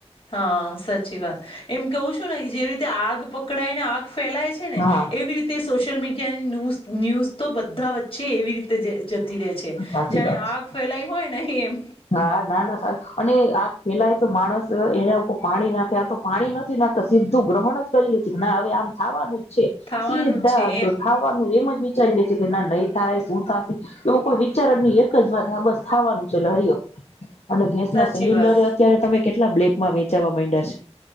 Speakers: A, on the left (about 55°); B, on the left (about 80°).
A: હા સાચી વાત, એમ કવું છું ને જેવી રીતે આગ પકડાય. આગ ફેલાય છે ને,
B: હા
A: એવી રીતે સોશિયલ મીડિયાની ન્યૂઝ ન્યૂઝ તો બધા વચ્ચે એવી રીતે જે જતી રહે છે,
B: સાચી
A: જાને
B: વાત છે.
A: આગ ફેલાઈ હોય ને એમ.
B: હા ના ના સારું અને આગ ફેલાય તો માણસ એના ઉપર પાણી નાખે આ તો પાણી નથી નાખતા સીધું ગ્રહણ જ કરલ્યું છે ના હવે આમ થવાનું. છે,
A: થવાનું
B: સીધા
A: જ છે એમ
B: દોઠાવાનું એમજ ચાએ છી કે ના નહીં થાય શું થશે, એવો કોઈ વિચારણ ની એક જ વાત આ બસ થવાનું છે હ. અને ગેસ ના
A: સાચી
B: સિલિન્ડર
A: વાત
B: અત્યારે તમે કેટલા બ્લેક માં વેચાવા મયડા છે.